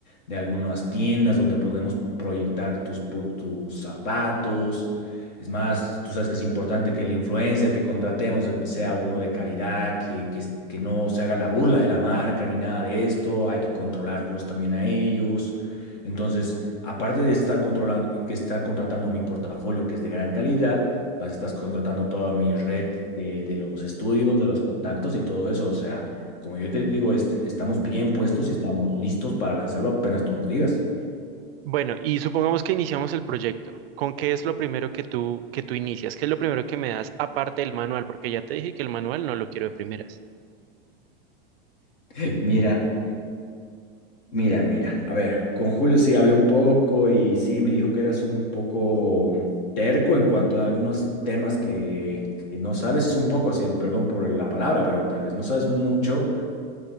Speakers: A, on the left (about 45°); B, on the right (about 75°).
A: de algunas tiendas donde podemos proyectar tus, po- tus zapatos es más, tú sabes que es importante que el influencer que contratemos eh, sea uno de calidad, que, que, que no se haga la burla de la marca ni nada de esto, hay que controlarlos también a ellos. Entonces, aparte de estar controlando, que estar contratando mi portafolio, que es de gran calidad, vas a estar contratando toda mi red de, de los estudios, de los contactos y todo eso. O sea, como yo te digo, est- estamos bien puestos y estamos listos para lanzarlo apenas tú nos digas.
B: Bueno, y supongamos que iniciamos el proyecto. ¿Con qué es lo primero que tú que tú inicias? ¿Qué es lo primero que me das aparte del manual? Porque ya te dije que el manual no lo quiero de primeras.
A: <laughs> Mira. Mira, mira, a ver, con Julio sí hablé un poco y sí, me dijo que eras un poco terco en cuanto a algunos temas que, que no sabes un poco, sí, perdón por la palabra, pero tal vez no sabes mucho.